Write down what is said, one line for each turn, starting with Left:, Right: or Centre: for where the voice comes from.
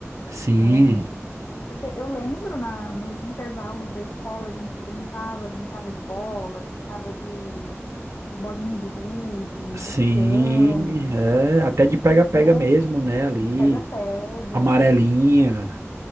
Right: Sim.
Left: né? A gente, porque eu lembro na, nos intervalos da escola a gente brincava, brincava de bola, brincava de, de bolinha de gude,
Right: Sim,
Left: de peão,
Right: é, até de pega-pega
Left: né?
Right: mesmo, né, ali.
Left: De pega-pega.
Right: Amarelinha.